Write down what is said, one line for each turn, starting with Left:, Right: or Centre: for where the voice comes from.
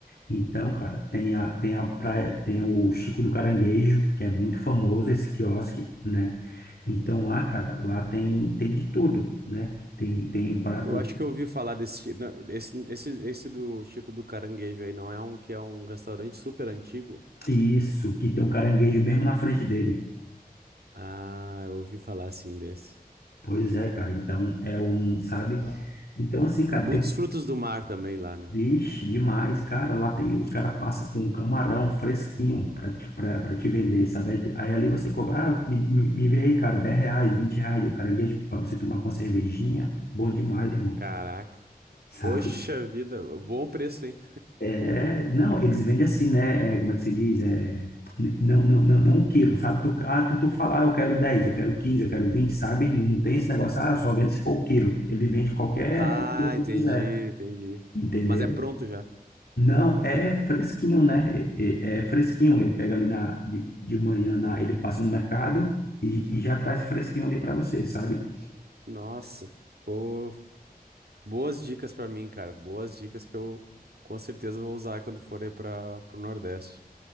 Left: Então, cara, tem a, tem a praia, tem o Chico do Caranguejo, que é muito famoso esse quiosque, né? Então lá, cara, lá tem, tem de tudo, né? Tem, tem pratos,
Right: eu acho que eu ouvi falar desse, chi- não, esse, esse, esse do Chico do Caranguejo aí, não é um que é um restaurante super antigo?
Left: isso, que tem um caranguejo mesmo na frente dele.
Right: Ah, eu ouvi falar assim desse.
Left: Pois é, cara, então é um, sabe? Então, assim, cara,
Right: Muitos
Left: tem
Right: frutos do mar também lá, né?
Left: Vixe, demais, cara. Lá tem, os caras passam com um camarão fresquinho pra te, pra, pra te vender, sabe? Aí, aí ali você cobra ah, me, me, me vê aí, cara, 10 reais, 20 reais de caranguejo pra você tomar com uma cervejinha. Bom demais, irmão,
Right: Caraca.
Left: sabe?
Right: Poxa vida, bom preço, hein?
Left: É, não, eles vendem assim, né? É, como é que se diz? É, n- não, não, não, não um quilo, sabe? Tu, ah, tu, tu falar, eu quero dez eu quero quinze eu quero vinte sabe? Não, não tem esse negócio, ah, eu só vendo se for o quilo. Ele vende qualquer
Right: Ah,
Left: valor que você
Right: entendi,
Left: quiser,
Right: entendi.
Left: entendeu?
Right: Mas é pronto já.
Left: Não, é fresquinho, né? É, é- é fresquinho. Ele pega ali na, de, de manhã, na, ele passa no mercado e, e já traz fresquinho ali para você, sabe?
Right: Nossa, pô, boas dicas pra mim, cara. Boas dicas que eu com certeza vou usar quando for aí para pro Nordeste.